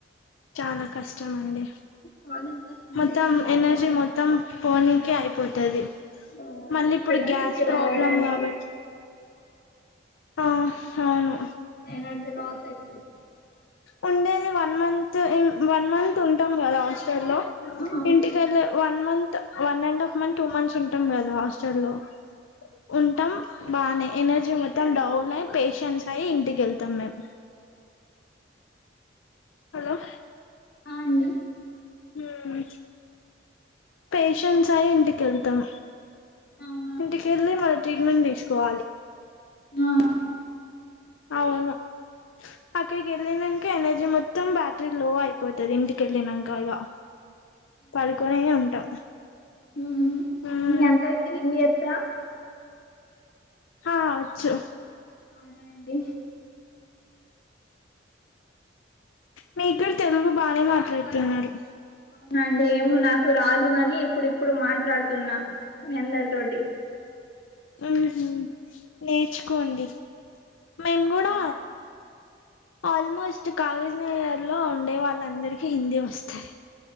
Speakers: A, on the left; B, on the left.
A: చాలా కష్టం అండి
B: కాలేజ్ బస్ ఉంటే
A: మొత్తం
B: ఇంకా బాగుంటాంది
A: ఎనర్జీ మొత్తం
B: కదా
A: పోనీకే అయిపోతుది
B: అవునా
A: మళ్ళీ ఇప్పుడు
B: పోయడానికి
A: గ్యాస్ ప్రాబ్లం
B: రావడానికి
A: కాబ ఆ అవును
B: <inaudible>
A: ఉండేది వన్ మంత్ వన్ మంత్ ఉంటాము కదా హాస్టల్లో
B: అవును
A: ఇంటికెల్లె one month one and half month two months ఉంటాం కదా హాస్టల్ లో ఉంటాం బాగానే ఎనర్జీ మొత్తం డౌన్ అయ పేషెన్స్ అయ్ ఇంటికి వెళ్తాం మేము హలో
B: అ అండి
A: హ్మ్ పేషంట్స్ అయి ఇంటికి వెళ్తాం
B: అవునా
A: ఇంటికెళ్ళి మళ ట్రీట్మెంట్ తీసుకోవాలి
B: ఆ
A: అవును అక్కడికి వెళ్ళినంక ఎనర్జీ మొత్తం బ్యాటరీ లో అయిపోతుది ఇంటికెళ్ళినాకలా పడుకొనే ఉంటాం
B: హ్మ్
A: మ్మ్
B: మీ అందరికి హిందీ వచ్చా
A: హా వచ్చు
B: అవునా అండి
A: మీరు కూడా తెలుగు బానే మాట్లాడుతున్నారు
B: అవునా అండి ఏమో నాకు రాదులని ఇప్పుడుప్పుడు మాట్లాడుతున్నా మీ అందరి తోటి
A: ఉహ్మ్ నేర్చుకోండి మేము కూడా
B: అవునండి
A: ఆల్మోస్ట్ కాగజ్ నగర్లో ఉండే వాళ్ళందరికి హిందీ వస్తాయి